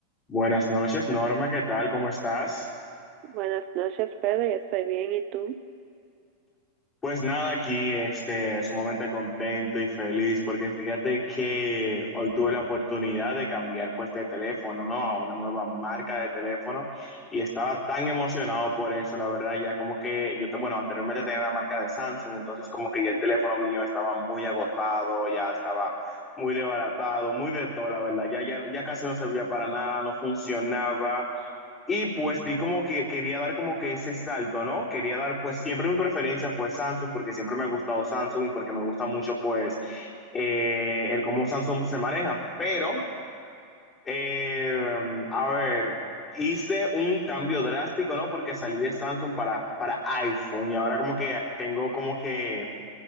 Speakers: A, on the left; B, on the right.
A: Buenas noches, Norma, ¿qué tal? ¿Cómo estás?
B: Buenas noches, Pedro. Yo estoy bien. ¿Y tú?
A: Pues nada, aquí este, sumamente contento y feliz porque fíjate que hoy tuve la oportunidad de cambiar pues de teléfono, ¿no? A una nueva marca de teléfono y estaba tan emocionado por eso, la verdad, ya como que yo, te- bueno, anteriormente tenía la marca de Samsung, entonces como que ya el teléfono mío estaba muy agotado, ya estaba muy desbaratado, muy de todo, la verdad, ya, ya, ya casi no servía para nada, no funcionaba. Y pues di como que quería dar como que ese salto, ¿no? Quería dar, pues siempre mi preferencia fue Samsung porque siempre me ha gustado Samsung y porque me gusta mucho pues eh, el cómo Samsung se maneja. Pero, eh, a ver, hice un cambio drástico, ¿no? Porque salí de Samsung para, para iPhone y ahora como que tengo como que